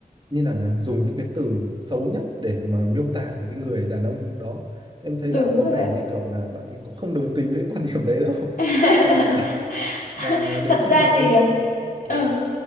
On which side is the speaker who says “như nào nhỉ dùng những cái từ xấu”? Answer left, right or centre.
Right